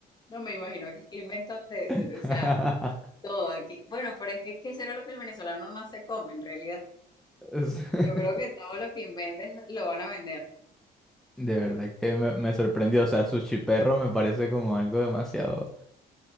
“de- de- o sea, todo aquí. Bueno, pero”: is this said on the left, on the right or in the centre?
Left